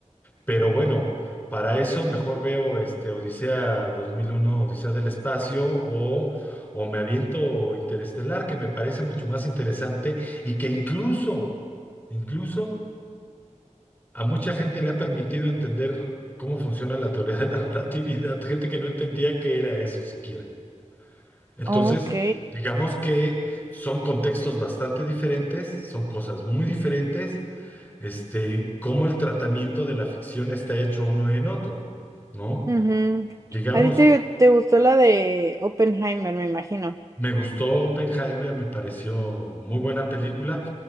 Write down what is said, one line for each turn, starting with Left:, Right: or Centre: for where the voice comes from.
Left: Pero bueno, para eso mejor veo este Odisea dos mil uno, Odisea del espacio o o me aviento Interestelar, que me parece mucho más interesante y que incluso incluso a mucha gente le ha permitido entender cómo funciona la teoría de la <laughs> relatividad, gente que no entendía qué era eso siquiera. Entonces,
Right: Ok.
Left: digamos que son contextos bastante diferentes, son cosas muy diferentes este, cómo el tratamiento de la ficción está hecho uno en otro, ¿no?
Right: Ujú.
Left: Digamos,
Right: A ti te, te gustó la de Oppenheimer, me imagino.
Left: me gustó Oppenheimer, me pareció muy buena película,